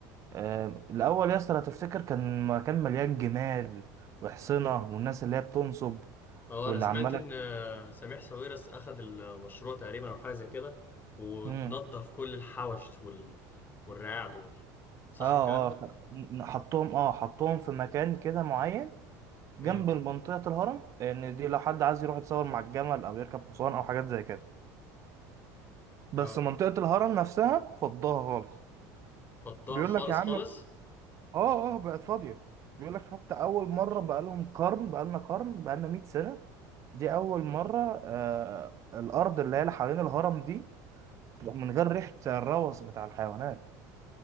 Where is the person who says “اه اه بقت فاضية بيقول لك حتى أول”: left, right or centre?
Right